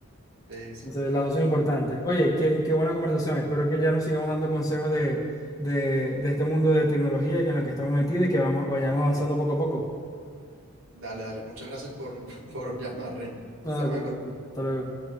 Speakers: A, on the right; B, on the left.
A: Sí, sí.
B: Entonces las dos son
A: Y
B: importantes. Oye, qué, qué buena conversación. Espero que ya nos sigamos dando consejos de, de, de este mundo de tecnología en la que estamos metidos y que vamos, vayamos avanzando poco a poco.
A: dale, dale. Muchas gracias por, <laughs> por llamar, Ren.
B: Ah,
A: Estamos en contacto.
B: Hasta luego.